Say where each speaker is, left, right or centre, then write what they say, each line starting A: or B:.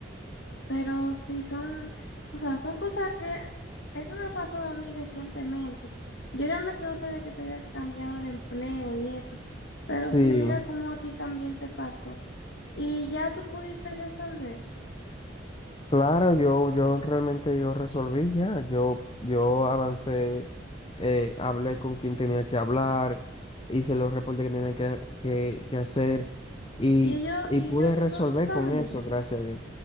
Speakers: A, on the left; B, on the left.
A: pero sí son, o sea, son cosas que, eso me ha pasado a mí recientemente. Yo realmente no sabía que te habías cambiado de empleo y eso, pero
B: Sí.
A: sí, mira cómo a ti también te pasó. Y ya tú pudiste resolver.
B: Claro, yo, yo realmente yo resolví ya, yo, yo avancé, eh, hablé con quien tenía que hablar, hice los reportes que tenía que, que, que hacer y,
A: Y ellos,
B: y
A: y
B: pude
A: ellos
B: resolver
A: son tus amigos,
B: con eso, gracias a Dios.